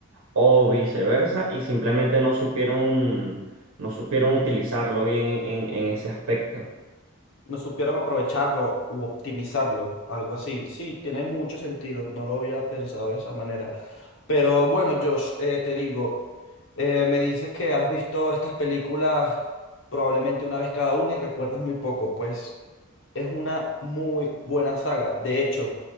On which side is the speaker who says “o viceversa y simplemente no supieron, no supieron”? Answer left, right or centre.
Right